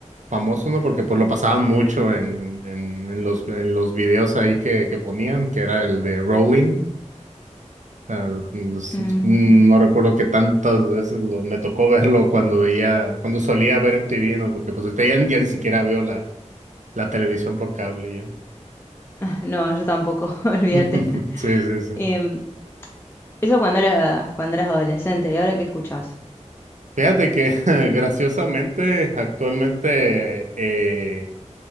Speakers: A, on the right; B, on the left.
A: famoso, ¿no? Porque pues lo pasaban mucho en, en, en, en los, en los videos ahí que, que ponían, que era el de Rolling. O los-
B: Mm,
A: no recuerdo que tantas veces lo, me tocó verlo cuando veía, cuando solía ver en MTV, ¿no? Porque pues ahorita ya, ya ni siquiera veo la, la televisión por cable yo.
B: No, yo tampoco, <laughs> olvídate.
A: <laughs> Sí, sí, sí.
B: Em, eso cuando eras, cuando eras adolescente, ¿y ahora qué escuchás?
A: Fíjate que <laughs> graciosamente actualmente eh,